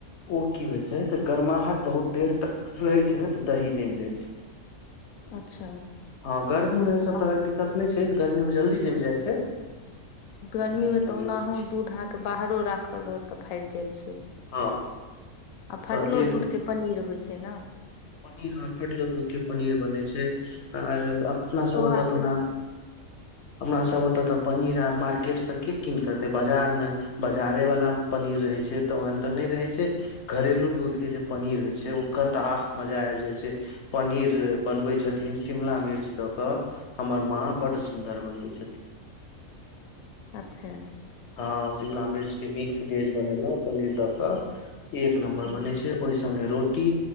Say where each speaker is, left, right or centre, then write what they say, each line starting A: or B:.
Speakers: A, on the left; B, on the left.
A: ओ की होइ छै तऽ गरमाहट बहुत देर तक रहै छै ने तऽ दही जम जाई छै
B: अच्छा
A: हँ गर्मी
B: तहन
A: मे ईसब
B: तऽ आब
A: तरहके दिक्कत छै गर्मी मे जल्दी जम जाई छै
B: गरमीमे
A: टाइम
B: तऽ ओनाहु
A: लगै छै
B: दूध अहाँके बाहरो राखल रहत तऽ फाटि जाई छै।
A: हँ
B: आ फटलो
A: तऽ एक
B: दूध के पनीर होइ छै। ना
A: पनीर हँ फटलो दूध के पनीर बनै छै आर अपना सब
B: खोआ
A: एतऽ तना
B: सेहो
A: हमरा सभ ओतऽ तऽ पनीर आ मार्केटसँ के कीनक एतै बाजार मे बाजारे वालामे पनीर रहै छै। तऽ ओहन तऽ नहि रहै छै। घरेलू दूध के जे पनीर होय छै ओकर तऽ आह मजा आबि जाय छै पनीर बनबै छथिन शिमला मिर्च दऽ कऽ हमर माँ बड्ड सुन्दर बनबै छथिन
B: अच्छे
A: हँ शिमला मिर्च के मिक्स वेज बनेलहुं पनीर दऽ क एक नम्बर
B: हूं
A: बने छै ओहि संगे रोटी